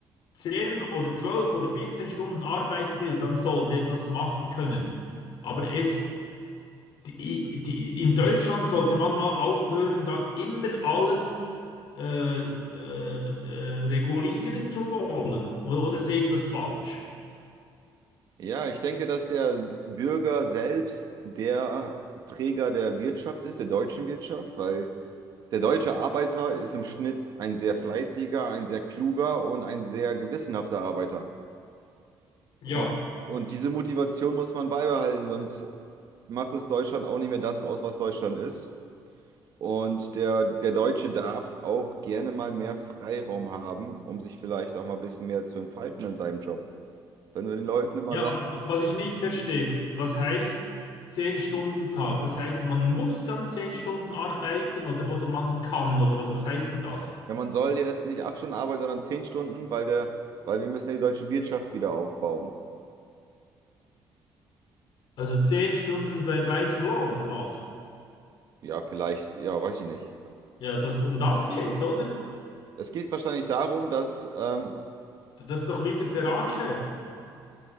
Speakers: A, on the left; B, on the right.
A: 10 oder 12 oder 14 Stunden arbeiten will, dann soll der das machen können. Aber es Die, die, in Deutschland sollte man mal aufhören, da immer alles äh, äh, äh, regulieren zu wollen. Oder, oder sehe ich das falsch?
B: Ja, ich denke, dass der Bürger selbst der Träger der Wirtschaft ist, der deutschen Wirtschaft, weil der deutsche Arbeiter ist im Schnitt ein sehr fleißiger, ein sehr kluger und ein sehr gewissenhafter Arbeiter.
A: Ja,
B: Und, und diese Motivation muss man beibehalten, sonst macht es Deutschland auch nicht mehr das aus, was Deutschland ist. Und der, der Deutsche darf auch gerne mal mehr Freiraum haben, um sich vielleicht auch mal ein bisschen mehr zu entfalten in seinem Job. Wenn du den Leuten immer
A: Ja,
B: sagst,
A: aber was ich nicht verstehe, was heißt zehn stunden tag Das heißt, man muss dann 10 Stunden arbeiten oder, oder man kann oder was, was heißt denn das?
B: Ja, man soll jetzt nicht acht Stunden arbeiten, sondern zehn Stunden, weil der, weil wir müssen ja die deutsche Wirtschaft wieder aufbauen.
A: Also zehn Stunden bei gleichem Lohn oder was?
B: Ja, vielleicht, ja, weiß ich nicht.
A: Ja, das, um das geht's, oder?
B: Es geht wahrscheinlich darum, dass, ähm,
A: Das ist doch wieder Verarsche.